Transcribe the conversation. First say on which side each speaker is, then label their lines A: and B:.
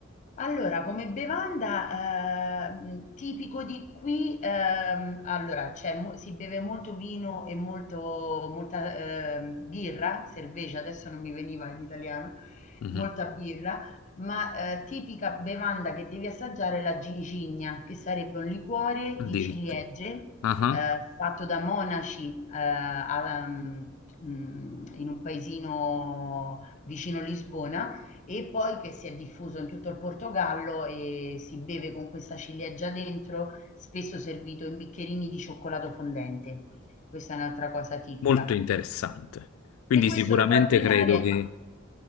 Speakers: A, on the left; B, on the left.
A: Allora, come bevanda ehm, tipico di qui, ehm, allora, c'è mo- si beve molto vino e molto, molta ehm, birra, cerveza, adesso non mi veniva in italiano,
B: Mhm,
A: molta birra, ma eh, tipica bevanda che devi assaggiare è la gingigna, che sarebbe un liquore
B: Addirittura.
A: di ciliegie
B: Ah.
A: eh, fatto da monaci eh, a- mm, mm, in un paesino vicino Lisbona e poi che si è diffuso in tutto il Portogallo e si beve con questa ciliegia dentro, spesso servito in bicchierini di cioccolato fondente. Questa è un'altra cosa tipica.
B: molto interessante. Quindi
A: E questo
B: sicuramente
A: lo puoi abbinare.
B: credo che...
A: ah,